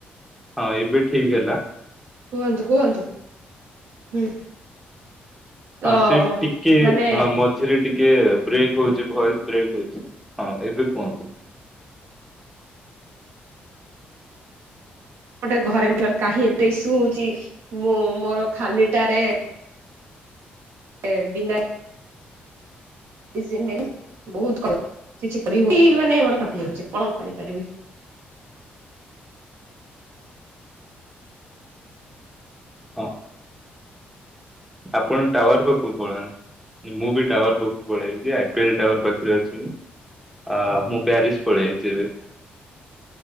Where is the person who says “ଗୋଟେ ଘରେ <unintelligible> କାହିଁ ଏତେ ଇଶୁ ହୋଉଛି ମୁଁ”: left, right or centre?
Right